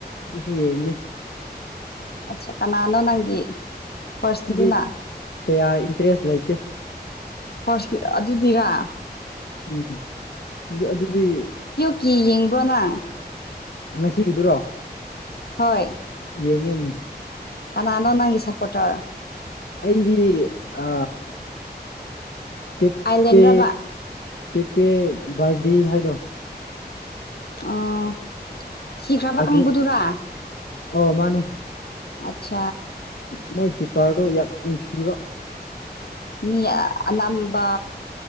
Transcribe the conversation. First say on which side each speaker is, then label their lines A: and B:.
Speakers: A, on the left; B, on the left.
A: ꯑꯗꯨꯁꯨ ꯌꯦꯡꯅꯦ꯫
B: ꯑꯆ ꯀꯅꯥꯅꯣ ꯅꯪꯒꯤ ꯐꯥꯔꯁꯀꯤꯗꯨꯅ
A: ꯗꯤ ꯀꯌꯥ ꯏꯟꯇꯔꯦꯁ ꯂꯩꯇꯦ꯫
B: ꯐꯥꯔꯁꯀꯤ ꯑꯗꯨꯗꯤꯔꯥ꯫
A: ꯎꯝ ꯑꯗꯨ ꯑꯗꯨꯗꯤ
B: ꯀꯤ ꯌꯦꯡꯕ꯭ꯔꯣꯅꯪ?
A: ꯉꯁꯤꯒꯤꯗꯨꯔꯣ?
B: ꯍꯣꯏ
A: ꯌꯦꯡꯉꯦꯝ
B: ꯑꯅꯥꯅꯣ ꯅꯪꯒꯤ ꯁꯄꯣꯔꯇꯔ?
A: ꯑꯩꯗꯤ ꯑ ꯀꯦ
B: ꯑꯥꯏꯂꯦꯟꯔꯕ
A: ꯄꯦ ꯀꯦꯄꯦ ꯕꯔꯗꯤ ꯍꯥꯏꯗꯣ꯫
B: ꯑꯣ ꯁꯤꯈ꯭ꯔꯕ
A: ꯑꯥꯔꯖꯦꯟ
B: ꯈꯪꯕꯗꯨꯔꯥ?
A: ꯑꯣ ꯃꯥꯅꯦ
B: <unintelligible>
A: ꯃꯣꯏ ꯀꯤꯞꯄꯔꯗꯨ ꯌꯥꯝ ꯅꯨꯡꯁꯤꯕ
B: ꯃꯤ ꯑꯝꯝꯕ